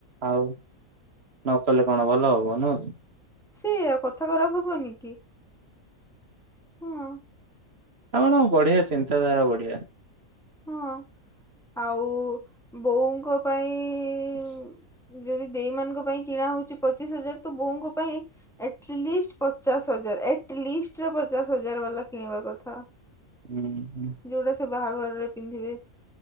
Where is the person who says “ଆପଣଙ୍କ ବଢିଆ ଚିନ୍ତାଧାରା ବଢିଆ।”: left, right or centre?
Right